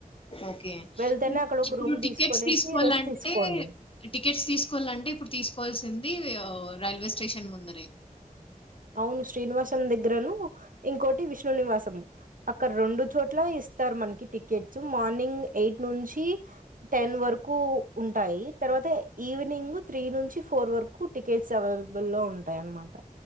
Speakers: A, on the left; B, on the right.
A: ఓకే
B: వెళ్తేనే అక్కడ ఒక
A: ఇప్పుడు
B: రూమ్
A: టికెట్స్
B: తీసుకొనేసి
A: తీసుకోవాలంటే,
B: రెస్ట్ తీసుకోండి
A: టికెట్స్ తీసుకోవాలంటే ఇప్పుడు తీసుకోవాల్సింది రైల్వే స్టేషన్ ముందరె
B: అవును శ్రీనివాసం దగ్గరను, ఇంకోటి విష్ణునివాసం, అక్కడ రెండు చోట్ల ఇస్తారు మనకి టికెట్స్, మార్నింగ్ ఎయిట్ నుంచి టెన్ వరకు ఉంటాయి, తర్వాత ఈవినింగ్ త్రీ నుంచి ఫోర్ వరకు టికెట్స్ అవైలబుల్ లో ఉంటాయ అనమాట.